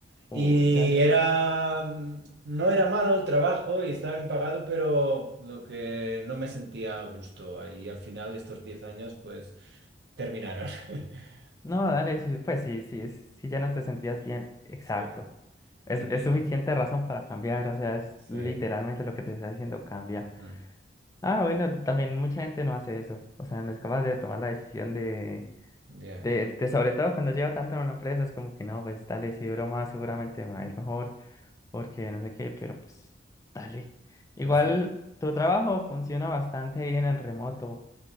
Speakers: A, on the right; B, on the left.
A: Y
B: uy, dale.
A: era, mm, no era malo el trabajo y estaba bien pagado, pero lo que no me sentía a gusto ahí. Y al final, estos 10 años, pues... Terminaron. <laughs>
B: No,
A: Vale,
B: dale, sí, pues sí, sí, sí, ya no te sentías bien. Exacto.
A: sí.
B: Es,
A: Y
B: es suficiente razón para cambiar, o sea, es
A: sí.
B: literalmente lo que te está diciendo, cambia.
A: ujú,
B: Ah, bueno,
A: sí,
B: también mucha gente no hace eso, o sea, no es capaz de tomar la decisión de,
A: Ya.
B: de, de sobre todo cuando lleva tanto en una empresa, es como que no, pues dale, si duro más, seguramente me va a ir mejor. porque no sé qué, pero pues dale. Igual
A: Al fin.
B: tu trabajo funciona bastante bien en remoto,